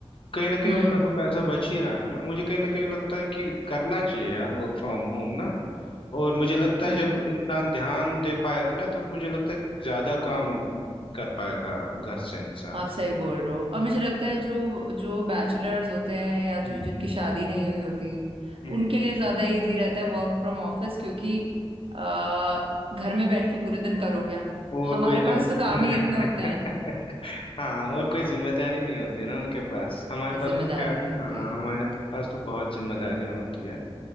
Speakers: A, on the left (about 60°); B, on the right (about 65°).
A: कहीं ना कहीं
B: हम्म
A: उनका तो पैसा बच ही रहा है ना मुझे कहीं ना कहीं लगता है कि करना चाहिए यार वर्क फ्रॉम होम ना और मुझे लगता
B: हम्म
A: है जब इंसान ध्यान दे पाएगा ना तब मुझे लगता है ज्यादा काम कर पाएगा घर से इंसान
B: आप सही बोल रहे हो और मुझे लगता है जो जो बैचलर्स होते हैं या
A: हम्म
B: जो जिनकी शादी नहीं हुई होती
A: हम्म।
B: उनके लिए ज्यादा इजी रहता है वर्क फ्रॉम ऑफिस क्योंकि अ, घर में बैठ के पूरे दिन करो क्या
A: और
B: हमारे
A: कोई जम,
B: पास तो काम
A: जम
B: ही इतने
A: <laughs>
B: होते हैं
A: हाँ और कोई जिम्मेदारी नहीं होती है ना उनके पास हमारे पास
B: जिम्मेदारी
A: तो खैर
B: नहीं होती
A: हाँ हमारे पास तो बहुत जिम्मेदारियां होती है